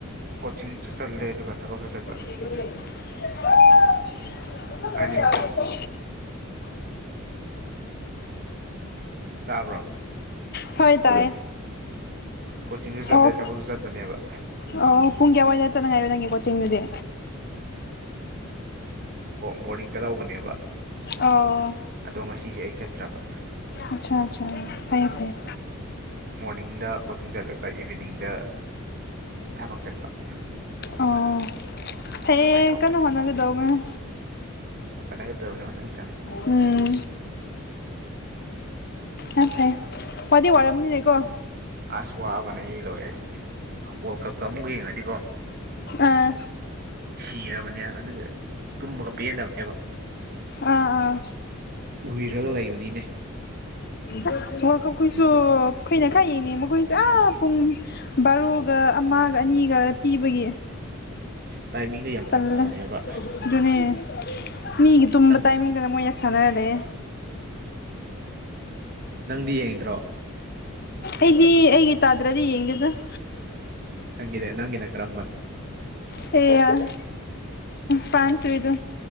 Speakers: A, on the right; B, on the left.
A: ꯀꯣꯆꯤꯡꯁꯨ ꯆꯠꯂꯦ ꯑꯗꯨꯒ ꯊꯕꯛꯁꯨ ꯆꯠꯄ
B: <inaudible>
A: ꯑꯅꯤꯃꯛ <unintelligible>
B: <unintelligible>
A: ꯇꯥꯕ꯭ꯔꯣ
B: ꯍ ꯇꯥꯏ
A: ꯀꯣꯆꯤꯡꯁꯨ ꯆꯠꯂꯦ
B: ꯑꯣ
A: ꯊꯕꯛꯁꯨ ꯆꯠꯄꯅꯦꯕ
B: ꯑꯣ ꯄꯨꯡ ꯀ ꯑꯋꯥꯏꯗ ꯆꯠꯅꯉꯥꯏꯕ ꯅꯪꯉꯦꯀꯣ ꯇꯤꯟꯗꯨꯗꯤ
A: ꯕꯣꯔꯗꯤꯡꯗ ꯂꯧꯕꯅꯦꯕ
B: ꯑꯣ
A: ꯑꯗꯣ ꯉꯁꯤꯁꯦ ꯑꯩ ꯆꯠꯇ꯭ꯔꯕ
B: ꯑꯆꯥ ꯑꯆꯥ ꯐꯌꯦ ꯐꯩꯦ
A: ꯃꯣꯔꯅꯤꯡꯗ ꯀꯣꯆꯤꯡ ꯆꯠꯂꯒ ꯏꯚꯤꯅꯤꯡꯗ ꯊꯕꯛ ꯆꯠꯄ
B: ꯑꯣ ꯐꯩꯌꯦ
A: ꯑꯗꯨꯃꯥꯏꯅ ꯇꯧꯕꯅꯦ
B: ꯀꯟꯅ ꯍꯣꯠꯅꯒꯗꯧꯕꯅꯤ
A: ꯍꯣꯠꯅꯥꯀꯗꯕꯅꯤ ꯍꯣꯠꯅꯀꯥꯗꯕꯅꯤ
B: ꯎꯝ ꯑꯥ ꯐꯩ ꯋꯥꯗꯤ ꯋꯥꯔꯝꯅꯤꯅꯦ ꯀꯣ
A: ꯑꯁ ꯋꯥꯕꯅ ꯑꯩ ꯂꯣꯏꯔꯦ ꯋꯥꯔꯜ ꯀꯞꯀ ꯑꯃꯨꯛ ꯌꯦꯡꯉꯗꯤꯀꯣ
B: ꯑꯥ
A: ꯁꯤꯔꯕꯅꯦ ꯑꯗꯨꯒꯤ ꯇꯨꯝꯕꯒ ꯄꯦꯟꯗꯕꯅꯦꯕ
B: ꯑꯥ ꯑꯥ
A: ꯎꯏꯔꯒ ꯂꯩꯕꯅꯤꯅꯦ
B: ꯑꯁ ꯋꯥꯔꯜ ꯀꯞꯈꯣꯏꯁꯨ ꯀꯩꯅ ꯈꯥꯏꯌꯦꯡꯅꯦ ꯃꯈꯣꯏꯁꯦ ꯑꯥ ꯄꯨꯡ ꯕꯥꯔꯣꯒ ꯑꯃꯒ ꯑꯅꯤꯒ ꯄꯤꯕꯒꯤ
A: ꯇꯥꯏ ꯃꯤ ꯂꯩ ꯌꯥꯝ
B: ꯇꯂꯦ
A: ꯐꯔꯛ ꯇꯥꯔꯦꯕ
B: ꯑꯗꯨꯅꯦ ꯃꯤꯒꯤ ꯇꯨꯝꯕ
A: ꯅꯪ
B: ꯇꯥꯏꯃꯤꯡꯗꯅ ꯃꯣꯏ ꯁꯅꯔ ꯂꯩ
A: ꯅꯪꯗꯤ ꯌꯦꯡꯗ꯭ꯔꯣ
B: ꯑꯩꯗꯤ ꯑꯩꯒꯤ ꯇꯥꯗ꯭ꯔꯗꯤ ꯌꯦꯡꯗꯦꯗꯅ
A: ꯅꯪꯗꯦ ꯅꯪꯤꯟ ꯀ꯭ꯔꯝꯕꯟ
B: ꯍ ꯌꯥꯔ ꯄꯁꯨꯕꯤꯗꯨ